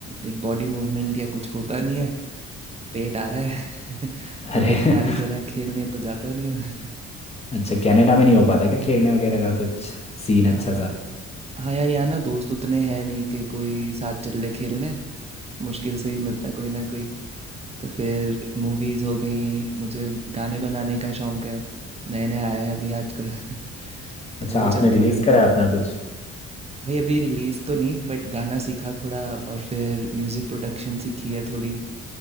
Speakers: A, on the right; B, on the left.
A: एक बॉडी मूवमेंट या कुछ होता नहीं है पेट आ रहा है <laughs> तो
B: अरे
A: मैं
B: <laughs>
A: तुम्हारी तरह खेलने तो जाता नहीं हूँ <laughs>
B: अच्छा कनाडा में नहीं हो पाता क्या खेलने वगैरह का कुछ सीन अच्छा
A: हाँ
B: सा
A: हाँ यार यहाँ ना दोस्त उतने हैं नहीं कि कोई साथ चल ले खेलने मुश्किल से ही मिलता है कोई ना कोई तो फिर मूवीज़ हो गई मुझे गाने बनाने का शौक है नए नए आए हैं अभी आजकल <laughs>
B: अच्छा
A: तो वो
B: आपने
A: चल रहा
B: रिलीज
A: है
B: करा है अपना कुछ
A: भाई अभी रिलीज़ तो नहीं बट गाना सीखा थोड़ा और फिर म्यूज़िक प्रोडक्शन सीखी है थोड़ी